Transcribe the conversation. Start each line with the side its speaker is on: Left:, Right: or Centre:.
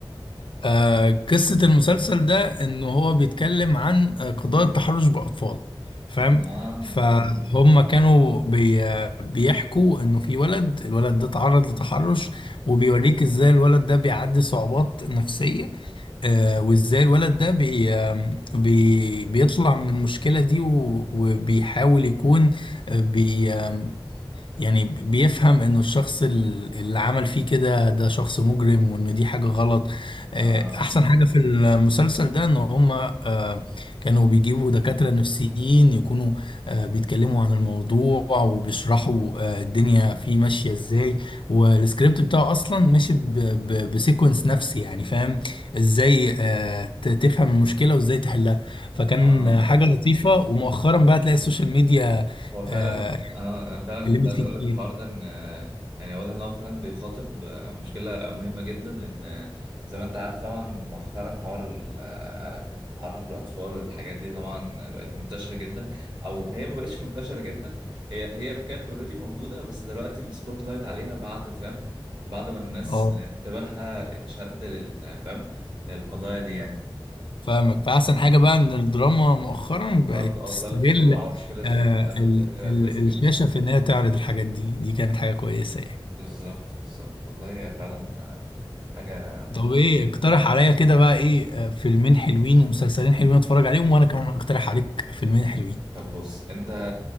Left: آه، قصة المسلسل ده إن هو بيتكلم عن آه، قضايا التحرش بأطفال فاهم
Right: اه
Left: فهم
Right: اوكي
Left: كانوا بي آه، بيحكوا إنه في ولد الولد ده تعرض لتحرش وبيوريك إزاي الولد ده بيعدي صعوبات نفسية آه، وإزاي الولد ده بي آه، بي بيطلع من المشكلة دي و- وبيحاول يكون آه، بي آه، يعني بيفهم انه الشخص ال- اللي عمل فيه كده ده شخص مجرم وان دي حاجة غلط آه،
Right: اه
Left: احسن حاجة في المسلسل ده ان هما آه، كانوا بيجيبوا دكاترة نفسيين يكونوا آه، بيتكلموا عن الموضوع وبيشرحوا آه، الدنيا فيه ماشية ازاي والسكريبت بتاعه اصلا ماشي ب- ب- بسيكونس نفسي يعني فاهم ازاي آه، ت- تفهم المشكلة وازاي تحلها فكان
Right: اه
Left: آه، حاجة لطيفة ومؤخرا بقى تلاقي السوشيال ميديا
Right: هو فعلا
Left: آه،
Right: آه انا فعلا
Left: اتكلمت
Right: كنت عايز
Left: فيه
Right: اقول
Left: كتير
Right: لك الحوار ده ان آه، يعني واضح ان هو فعلا بيخاطب آه، مشكله مهمه جدا لان آه، زي ما انت عارف طبعا مؤخرا حوار ال- آه، التحرش بالاطفال الحاجات دي طبعا بقت منتشره جدا او هي ما بقتش منتشره جدا هي هي كانت اوريدي موجوده بس دلوقتي السبوت لايت عليها بعد فاهم بعد ما الناس
Left: اه
Right: انتباهها اتشد لل- فاهم للقضايا دي يعني
Left: فاهمك فأحسن حاجة بقى إن الدراما مؤخرا
Right: بالظبط
Left: بقت
Right: اه
Left: تستغل
Right: اصل انت بتدور على مشكله زي
Left: آه
Right: دي فعلا
Left: ال
Right: فدي حاجه
Left: ال
Right: كويسه جدا
Left: الشاشة
Right: يعني
Left: في إنها تعرض الحاجات دي دي كانت حاجة كويسة يعني
Right: بالظبط بالظبط والله هي فعلا حاجه مهمه
Left: طب إيه
Right: جدا.
Left: اقترح عليا كده بقى إيه آه، فيلمين حلوين ومسلسلين حلوين أتفرج عليهم وأنا كمان هقترح عليك فيلمين حلوين
Right: طب بص انت